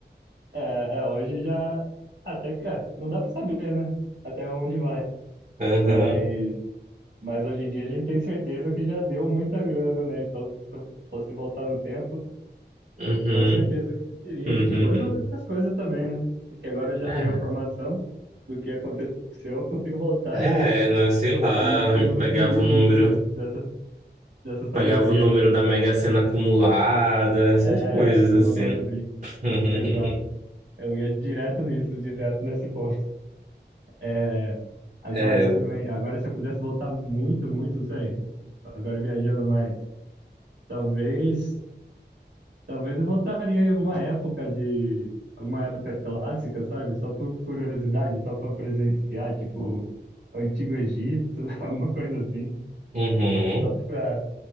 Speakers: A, on the right (about 85°); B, on the right (about 40°).
A: É, é, hoje já. Até que. é, não dá para saber, né? Até onde vai.
B: Aham,
A: Mas. Mas hoje em dia a gente tem certeza que já deu muita grana, né? Então, se eu fosse voltar no tempo.
B: uhum,
A: Com certeza eu investiria
B: uhum,
A: em Bitcoins
B: uhum.
A: ou outras coisas também, né? Porque agora eu já
B: É,
A: tenho a informação do que aconteceu, eu consigo voltar
B: é,
A: e,
B: né, sei lá,
A: e, e usufruir
B: pegava o número,
A: disso, né? Dessa, dessa sabedoria.
B: pegava o número da Mega Sena acumulada, essas
A: É,
B: coisas
A: alguma
B: assim.
A: coisa assim.
B: <laughs>
A: Exato. Eu ia direto nisso, direto nesse ponto. É, agora
B: É,
A: também, agora se eu pudesse voltar muito, muito, não sei, agora viajando mais, talvez Talvez eu voltaria em alguma época de. Alguma época clássica, sabe? Só por curiosidade, só para presenciar, tipo, Antigo Egito, <laughs> alguma coisa assim.
B: uhum.
A: Só para